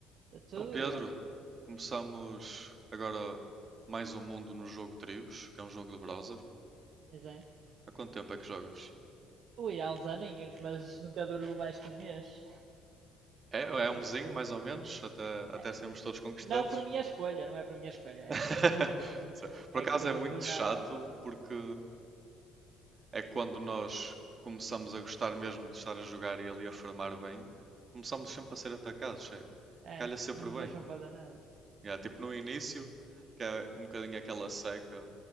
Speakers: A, on the right (about 55°); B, on the right (about 40°).
A: Está tudo,
B: Então, Pedro,
A: Igor?
B: começamos agora mais um mundo no jogo Tribos, que é um jogo de browser.
A: Pois é.
B: Há quanto tempo é que jogas?
A: Ui, há uns aninhos, mas nunca durou mais que um mês.
B: É, é
A: Que
B: um mesinho,
A: isto.
B: mais ou menos, até, até
A: é-
B: sermos todos conquistados.
A: Não por minha escolha, não é por minha escolha. É,
B: <laughs> Sé- Por acaso
A: é que do,
B: é muito
A: do nada.
B: chato, porque é quando nós começamos a gostar mesmo de estar a jogar e ali a farmar bem, começamos sempre a ser atacados, sei.
A: É,
B: Calha sempre
A: não nos
B: bem.
A: deixam fazer nada.
B: E é, tipo no início, que é um bocadinho aquela seca.